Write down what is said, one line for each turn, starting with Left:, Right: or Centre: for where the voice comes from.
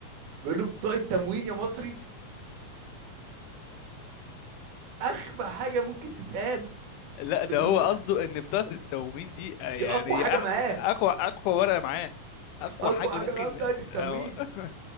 Right: بيقول له بطاقه تموين يا مصري اغبى حاجه ممكن تتقال
Left: لا ده
Right: بال-
Left: هو قصده ان بتاعة التومين دي
Right: <laughs>
Left: آه،
Right: دي
Left: يعني
Right: اقوى
Left: هي
Right: حاجه
Left: احسن
Right: معاه
Left: اقوى اقوى ورقة معاه اقوى
Right: اقوى
Left: حاجة
Right: حاجه
Left: ممكن
Right: معاه بطاقه التموين
Left: أو... <laughs>